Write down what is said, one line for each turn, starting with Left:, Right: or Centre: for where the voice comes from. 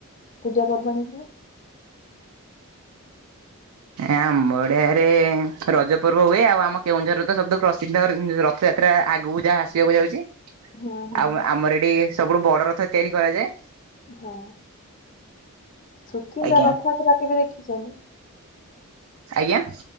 Left: ପୂଜା ପର୍ବାଣୀ ହୁଏ।
Right: ଆମଡିଆରେ ରଜ ପର୍ବ ହୁଏ ଆଉ ଆମ କେଉଁଝର ତ ଶବଦ ପ୍ରସିଦ୍ଧ ର ସେ ସେଥିଟା ଆଗକୁ ଯାହା ଆସିବାକୁ ଯାଉଚି।
Left: ହଁ ହଁ
Right: ଆମ ଆମର ଏଠି ସବୁଠୁ ବଡ ରଥ ତିଆରି କରାଯାଏ।
Left: ହଁ ସୁକିନ୍ଦା
Right: ଆଜ୍ଞା
Left: ରଥଯାତ୍ରା କେବେ ଦେଖିଚନ୍ତି?
Right: ଆଜ୍ଞା।